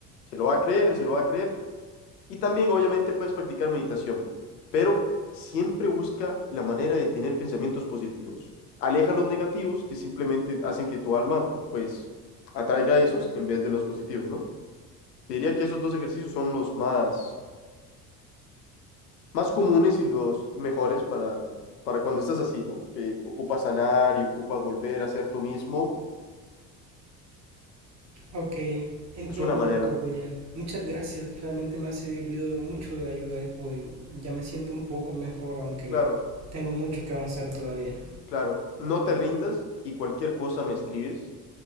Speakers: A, on the left (about 75°); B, on the right (about 35°).
A: se lo va a creer, se lo va a creer y también, obviamente, puedes practicar meditación, pero siempre busca la manera de tener pensamientos positivos. Aleja los negativos que simplemente hacen que tu alma, pues, atraiga esos en vez de los positivos, ¿no? Te diría que esos dos ejercicios son los más, más comunes y los mejores para, para cuando estás así, ¿no? Que ocupas sanar y ocupas volver a ser tú mismo.
B: Ok, entiendo,
A: Es una manera,
B: doctor William. Muchas gracias, realmente me ha servido mucho de ayuda hoy. Ya me siento un poco mejor, aunque
A: claro,
B: tengo mucho que avanzar todavía.
A: claro. No te rindas y cualquier cosa me escribes.